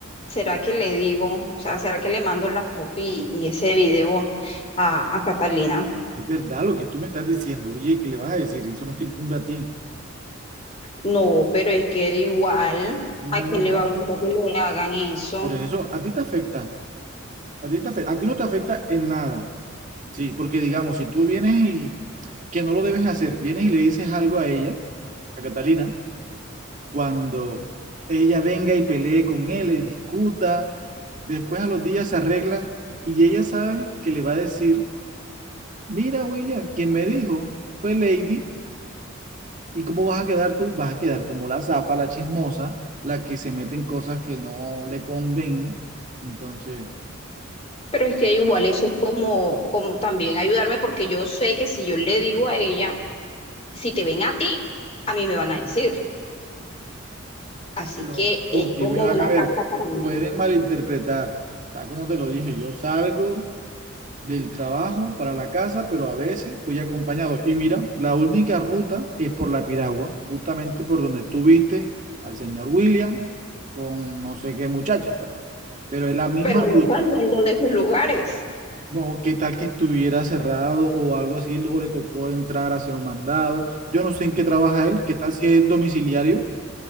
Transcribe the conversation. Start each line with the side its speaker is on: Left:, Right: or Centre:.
Left: ¿Será que le digo? O sea, ¿será que le mando la foto y, y ese video a, a Catalina?
Right: Es verdad lo que tú me estás diciendo. Oye, ¿qué le vas a decir? Eso no te incumbe a ti.
Left: No, pero es que de igual,
Right: No,
Left: ¿a quién
Right: no, no.
Left: le va a gustar que le hagan eso?
Right: Por eso, a ti te afecta. A ti te afecta. A ti no te afecta en nada. Sí, porque digamos, si tú vienes y, que no lo debes hacer, vienes y le dices algo a ella, a Catalina, cuando ella venga y pelee con él, y discuta, después a los días se arreglan y ella sabe que le va a decir, mira, William, quien me dijo fue Lady, ¿y cómo vas a quedar tú? Vas a quedar como la zapa, la chismosa, la que se mete en cosas que no le conviene. Entonces...
Left: Pero es que igual eso es como, como también ayudarme, porque yo sé que si yo le digo a ella, si te ven a ti, a mí me van a decir. Así
Right: Pero
Left: que es
Right: ¿con quién
Left: como
Right: me van
Left: una
Right: a ver?
Left: carta para mí.
Right: Pueden malinterpretar. Tal como te lo dije, yo salgo del trabajo para la casa, pero a veces voy acompañado. Y mira, la única ruta es por la Piragua, justamente por donde tú viste al señor William con no sé qué muchacha, pero, pero es la misma
Left: pero
Right: ruta.
Left: no saliendo de esos lugares.
Right: No, qué tal que estuviera cerrado o algo así, o le tocó entrar a hacer un mandado. Yo no sé en qué trabaja él, qué tal si es domiciliario.